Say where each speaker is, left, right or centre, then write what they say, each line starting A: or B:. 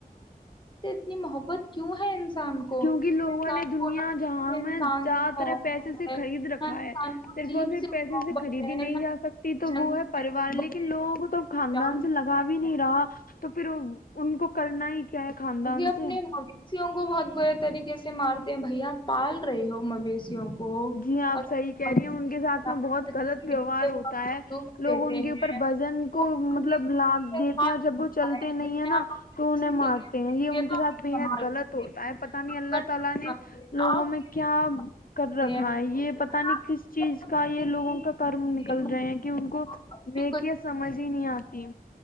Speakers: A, on the left; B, on the left.
A: اپنی محبت کیوں ہے انسان کو
B: کیونکہ
A: انسان
B: لوگوں نے
A: کو
B: دنیا
A: نہ
B: جہاں
A: انسان
B: میں جیادہ
A: سے
B: ترح
A: محبت
B: پیسے سے
A: ہے نہ
B: خرید رکھا
A: انسان
B: ہے
A: کو
B: صرف
A: جیب
B: اور صرف پیسے
A: محبت
B: سے خریدی
A: ہے
B: نہیں
A: نہ
B: جا سکتی تو
A: جنتا
B: وہ ہے
A: سے
B: پریوار
A: محبت
B: لیکن لوگوں کو تو ا
A: ہے،
B: خاندان
A: جان
B: سے لگا بھی نہیں
A: محبت
B: رہا تو پھر ان کو کرنا ہی کیا ہے خاندان
A: جی اپنے
B: سے
A: مسیوں کو بہت برے طریقے سے مارتے ہیں بھیا پال رہے ہو مویشیوں کو
B: جی آپ
A: اگر
B: صحیح کہہ
A: مویشی
B: رہی ہیں ان کے ساتھ میں بہت
A: اچھے
B: غلط
A: طریقے
B: ویوہار
A: سے
B: ہوتا
A: وہ آپ
B: ہے
A: کو دودھ
B: لوگ
A: دیتے
B: ان کے اوپر
A: ہیں
B: وزن کو
A: وہ
B: مطلب
A: ان کے دودھ
B: لھ
A: سے
B: دیتے
A: پال
B: ہیں اور جب وہ
A: بنتا
B: چلتے نہیں
A: جسے
B: ہے
A: آپ
B: نا
A: اپنی
B: تو انہیں
A: کسی کے
B: مارتے
A: لیے اپنے
B: یہ
A: کھیتوں
B: ان کے ساتھ
A: میں استعمال
B: بےحد غلط
A: کرتے
B: ہوتا
A: ہیں
B: ہے پتا نہیں اللہ
A: آپ گننا
B: تعالا نے
A: بناتے ہیں،
B: لوگوں
A: آگ کے
B: میں
A: لیے
B: کیا
A: استعمال
B: کر
A: کرتے
B: رکھ
A: ہیں،
B: یہ پتا
A: پر
B: نہیں
A: آپ
B: کس چیز کا
A: کرتے
B: یہ
A: ہیں
B: لوگوں کا کرم نکل
A: کہ
B: رہے ہیں کہ ان کو
A: محبت بھی
B: لیک کے سمجھ ہی نہیں آتی